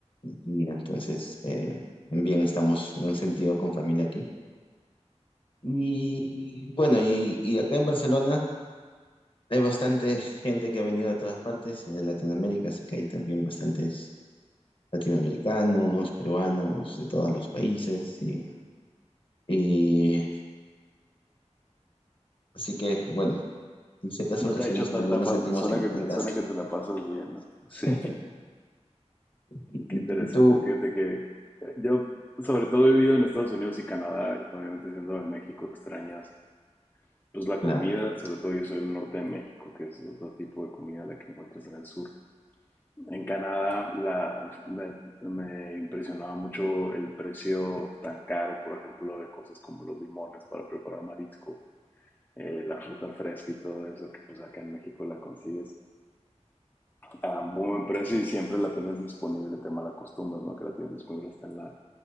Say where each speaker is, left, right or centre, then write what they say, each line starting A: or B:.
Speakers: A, on the left; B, on the left.
A: y entonces eh, también estamos en un sentido con familia aquí. Y bueno, y, y acá en Barcelona hay bastante gente que ha venido de todas partes, de Latinoamérica, así que hay también bastante latinoamericanos, peruanos, de todos los países. Y, y así que, bueno, en ciertas ocasiones
B: No te ha hecho tanta
A: también nos
B: falta,
A: sentimos
B: suena
A: en,
B: que
A: en
B: te,
A: casa.
B: suena que te la pasas bien, ¿no?
A: <laughs>
B: Sí.
A: Y,
B: Qué
A: y-
B: interesante.
A: y tú,
B: Fíjate que eh, yo, sobre todo, he vivido en Estados Unidos y Canadá, obviamente siendo de México, extrañas. Pues la
A: claro,
B: comida, sobre todo yo soy del norte de México, que es otro tipo de comida la que encuentras en el sur. En Canadá la, me, me impresionaba mucho el precio tan caro, por ejemplo, de cosas como los limones para preparar marisco, eh, la fruta fresca y todo eso, que pues acá en México la consigues a muy buen precio y siempre la tienes disponible, te malacostumbras, ¿no? Que la tienes disponible hasta en la,